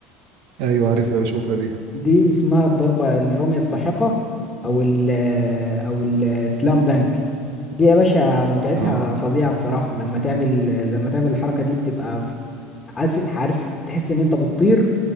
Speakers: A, on the right; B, on the left.
A: ايوه عارفها بشوفها دي
B: دي اسمها الضربه الرميه الساحقه او ال او السلام دانك دي يا باشا متعتها
A: اه
B: فظيعه الصراحه لما تعمل لما تعمل الحركه دي بتبقى ف- عارف عارف تحس ان انت بتطير